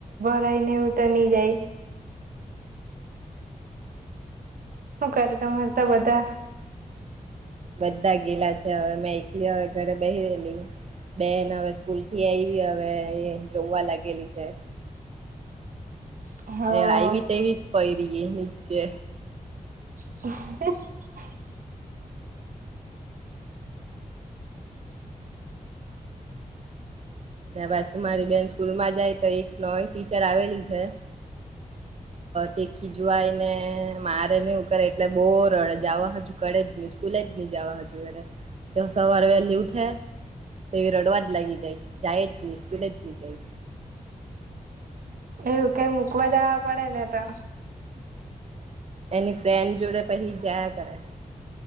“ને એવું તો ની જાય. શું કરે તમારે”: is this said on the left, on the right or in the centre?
Right